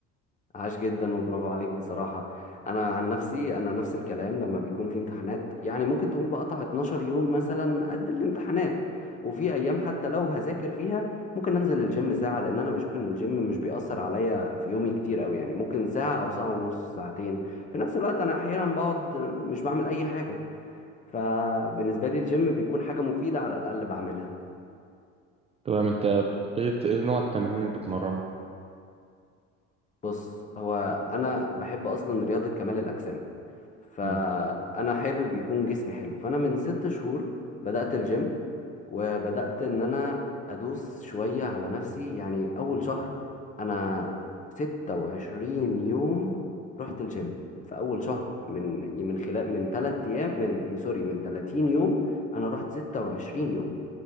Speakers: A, on the left (about 25°); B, on the right (about 20°).
A: عاش جدا وبرافو عليك بصراحة أنا عن نفسي أنا نفس الكلام لما بيكون في امتحانات يعني ممكن تقول بقطع 12 يوم مثلا قد الامتحانات وفي أيام حتى لو هذاكر فيها ممكن أنزل الجيم ساعة لأن أنا بشوف إن الجيم مش بيأثر عليا في يومي كتير أوي يعني ممكن ساعة أو ساعة ونص ساعتين في نفس الوقت أنا أحيانا بقعد مش بعمل أي حاجة فبالنسبة لي الجيم بيكون حاجة مفيدة على الأقل بعملها
B: تمام انت بت- ايه ايه نوع التمرين اللي بتمرنه
A: بص هو أنا بحب أصلا رياضة كمال الأجسام فانا
B: مم.
A: حابب يكون جسمي حلو فانا من ست شهور بدأت الجيم وبدأت ان انا ادوس شوية على نفسي يعني اول شهر انا ستة وعشرين يوم رحت الجيم في اول شهر من من خلال من تلات ايام من من- سوري من تلاتين يوم انا رحت ستة وعشرين يوم